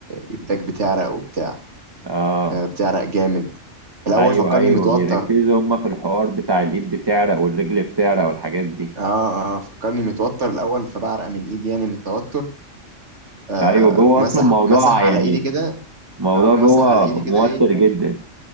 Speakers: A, on the right; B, on the right.
A: ايدك بتعرق وبتاع
B: اه
A: آه، بتعرق جامد الاول
B: ايوه
A: فكرني
B: ايوه
A: متوتر
B: بيركزوا هما في الحوار بتاع الايد بتعرق والرجل بتعرق والحاجات دي
A: اه اه فكرني متوتر الاول فبعرق من ايدي يعني من التوتر آه
B: ايوه جوه
A: فمسح
B: اصلا موضوع
A: مسح على
B: يعني
A: ايدي كده
B: الموضوع
A: اه
B: جوه
A: مسح على ايدي كده
B: موتر
A: ايه
B: جدا